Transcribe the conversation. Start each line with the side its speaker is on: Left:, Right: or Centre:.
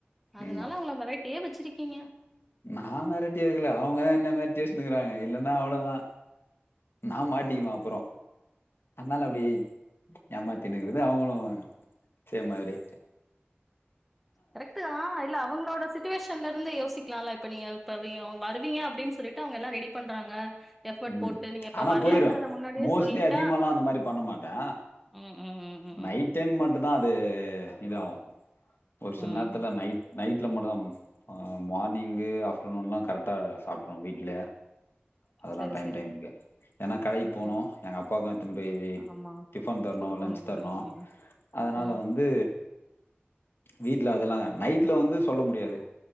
Centre: அதனால
Left: ஆமா
Centre: அவங்கள மெரட்டியே வச்சிருக்கீங்க
Left: நா மெரட்டி வெக்கல அவுங்க தா என்ன மெரட்டி வச்சு இன்னுக்குறாங்க இல்லன்னா அவ்ளோதா நா மாட்டிக்குவே அப்பறோ அதுனால அப்டி ஏமாத்தினுங்கிறது அவுங்களு செய்ற மாரி
Centre: கரெக்டு தா இல்ல அவுங்களோட சிச்சுவேஷன்ல இருந்து யோசிக்கலால்ல இப்ப நீங்க இப்ப நீங்க ஒன் வருவீங்க அப்டின்னு சொல்லிட்டு அவுங்க எல்லாம் ரெடி பண்றாங்க எஃபர்ட்
Left: ம்
Centre: போட்டு நீங்க இப்ப
Left: ஆனா
Centre: வரலன்றத
Left: போயிருவே
Centre: முன்னாடியே
Left: மோஸ்ட்லி
Centre: சொல்லிட்டா
Left: அதிகமால்லா அந்த மாரி பண்ண மாட்டே
Centre: ம் ம் ம் ம் ம்
Left: நைட் டைம் மட்டுந்தா அது இது இதாகும் ஒரு சில
Centre: ம்
Left: நேரத்துல
Centre: ம்.
Left: நைட் நைட்ல மட்டுந்தா மா மார்னிங்கு ஆப்டர்நூன்லா கரெக்டா சாப்ட்டுருவோ வீட்ல அதல்லா
Centre: சரி
Left: டைம்
Centre: சரி
Left: டைமுக்கு ஏன்னா கடைக்கு போனோ
Centre: ம்
Left: எங்க அப்பாவுக்கு எடுத்துன்னு போய் இ
Centre: ஆமா
Left: டிஃபன் தரணு
Centre: கொடுக்கணும்
Left: லஞ்ச் தரணு
Centre: ம் ம்
Left: அதுனால
Centre: ம்
Left: வந்து வீட்டுல அதெல்லா நைட்ல வந்து சொல்ல முடியாது